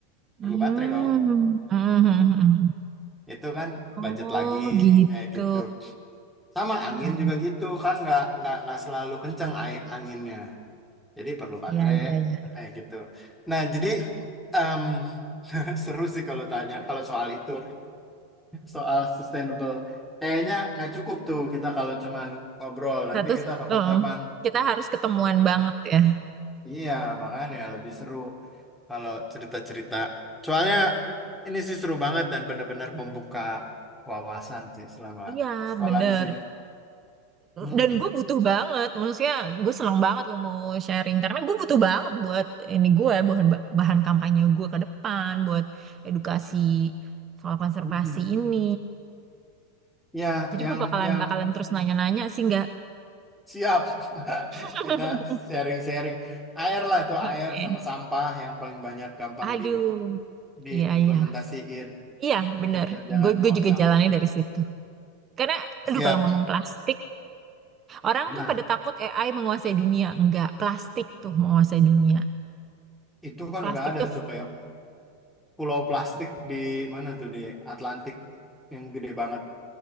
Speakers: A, on the right; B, in the centre.
A: Hmm,
B: Perlu baterai dong.
A: <laughs> hmm, hmm, hmm.
B: Itu kan
A: Oh
B: budget lagi
A: gitu.
B: kayak gitu. Sama angin
A: I
B: juga gitu kan nggak nggak nggak selalu kencang ai- anginnya. Jadi perlu baterai
A: Ya, ya, ya.
B: kayak gitu. Nah, jadi em, <laughs> seru sih kalau tanya kalau soal itu. soal sustainable. Kayaknya nggak cukup tuh kita kalau cuman ngobrol. Nanti
A: Satu,
B: kita kapan-kapan.
A: eh, kita harus ketemuan banget ya.
B: Iya, makanya lebih seru kalau cerita-cerita. Soalnya ini sih seru banget dan benar-benar membuka wawasan sih selama
A: Iya,
B: sekolah
A: bener.
B: di sini. Mm-mm.
A: Dan gue butuh banget, maksudnya gue senang banget lo mau sharing karena gue butuh banget buat ini gue bahan bahan kampanye gue ke depan buat edukasi soal konservasi
B: Mm-mm.
A: ini.
B: Ya,
A: Jadi
B: yang
A: gue bakalan
B: yang
A: bakalan terus nanya-nanya sih nggak?
B: siap <laughs>
A: <laughs>
B: kita sharing-sharing. Air lah tuh
A: Oke.
B: air sama sampah yang paling banyak gampang
A: Aduh,
B: di diimplementasiin
A: iya iya. Iya,
B: gitu
A: bener.
B: biar jangan
A: Gue
B: buang
A: gue juga
B: sampah.
A: jalannya dari situ. Karena, aduh
B: Siap.
A: kalau ngomong plastik, orang
B: Nah,
A: tuh pada takut AI menguasai dunia. Enggak, plastik tuh menguasai dunia.
B: itu kan
A: Plastik
B: udah ada
A: tuh,
B: tuh kayak pulau plastik di mana tuh di Atlantik yang gede banget.